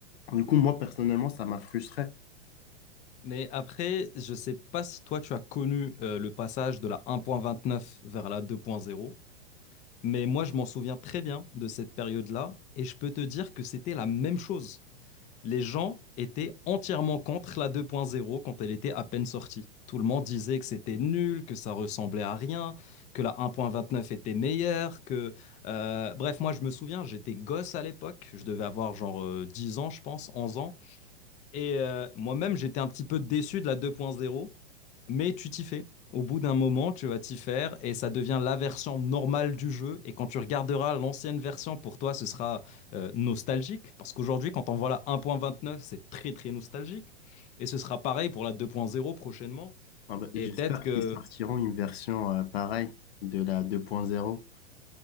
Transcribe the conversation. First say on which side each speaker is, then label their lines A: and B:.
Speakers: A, on the left; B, on the left.
A: Du coup, moi, personnellement, ça m'a frustré.
B: Mais après, je sais pas si toi tu as connu euh, le passage de la 1.29 vers la 2.0. Mais moi, je m'en souviens très bien de cette période-là, et je peux te dire que c'était la même chose. les gens étaient entièrement contre la 2.0 quand elle était à peine sortie. Tout le monde disait que c'était nul, que ça ressemblait à rien, que la 1.29 était meilleure, que... euh, Bref, moi je me souviens, j'étais gosse à l'époque, je devais avoir genre euh, 10 ans je pense, 11 ans, et euh, moi-même, j'étais un petit peu déçu de la 2.0, mais tu t'y fais. Au bout d'un moment, tu vas t'y faire et ça devient la version normale du jeu. Et quand tu regarderas l'ancienne version, pour toi, ce sera euh, nostalgique. Parce qu'aujourd'hui, quand on voit la 1.29, c'est très, très nostalgique. Et ce sera pareil pour la 2.0 prochainement.
A: Ah bah, j'espère
B: Et peut-être que
A: qu'ils sortiront une version euh, pareille de la 2.0,